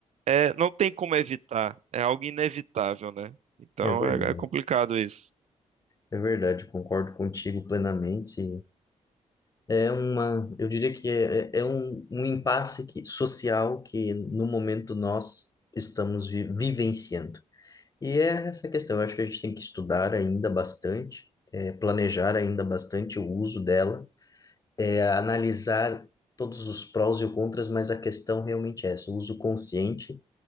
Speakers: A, on the right; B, on the left.
A: é, não tem como evitar, é algo inevitável, né? Então
B: É verdade,
A: é é complicado isso.
B: é verdade, concordo contigo plenamente. É uma, eu diria que é, é é um, um impasse que, social que no momento nós estamos vi- vivenciando. E é essa questão, eu acho que a gente tem que estudar ainda bastante, é, planejar ainda bastante o uso dela, é, analisar todos os prós e os contras, mas a questão realmente é essa, o uso consciente